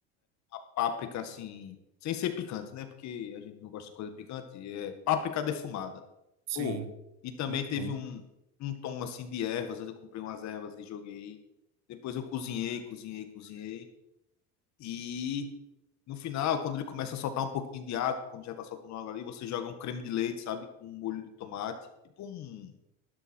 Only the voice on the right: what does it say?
Sim,
muito
bom.